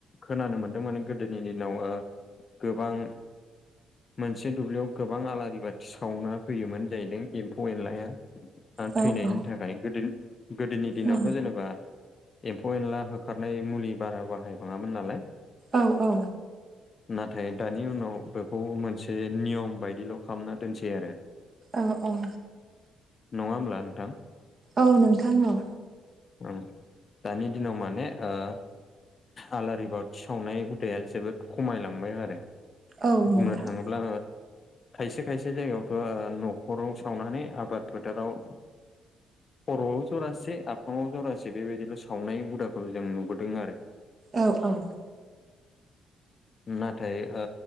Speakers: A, on the left; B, on the right.
A: खोनानो मोन्दों माने गोदोनि दिनाव गोबां मोनसे दुब्लियाव गोबां आलारि बाथि सावना फैयोमोन जाहैदों एम्फौ- एनलाया
B: औ
A: थैनायनि
B: औ
A: थाखाय गोदो- गोदोनि दिनावथ'
B: औ
A: जेनेबा एम्फौ -एनला होखारनाय मुलि बारा बाहायफाङामोन नालाय
B: औ औ।
A: <inaudible> नाथाय दानि उनाव बेखौ मोनसे नियम बायदिल' खालामना दोनसै आरो।
B: औ औ।
A: नङा होमब्ला नोंथां?
B: औ नोंथां औ।
A: ओ दानि दिनाव माने ओ आलारि बाथि सावनाय हुदाया जोबोद खमायलांबाय आरो
B: औ नोंथां
A: बुंनो थाङोब्ला ओ खायसे खायसे जायगायावथ' न'खराव सावनानै आबाद फोथाराव खर'आव जरासे आफाङाव जरासे बेबायदिल' सावनाय हुदाखौ जों नुबोदों आरो।
B: औ औ।
A: नाथाय ओ